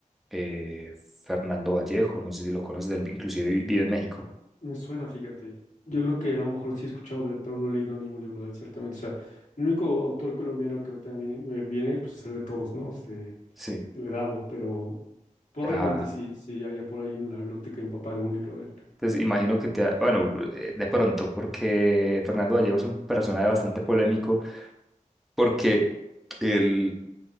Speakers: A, in the centre; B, on the left (about 65°).
A: eh, Fernando Vallejo, no sé si lo conoces, él vi- inclusive vi- vive en México.
B: me suena, fíjate. Yo creo que a lo mejor sí he escuchado de él, pero no he leído ningún libro de él, ciertamente. O sea, el único autor colombiano que ahorita me viene, me viene, pues es el de todos, ¿no? Este,
A: Sí.
B: el de Dabo, pero probablemente
A: Ah,
B: sí, sí haya por ahí en la biblioteca de mi papá algún libro de él.
A: pues imagino que te, ha- bueno, eh, de pronto, porque Fernando Vallejo es un personaje bastante polémico, porque... él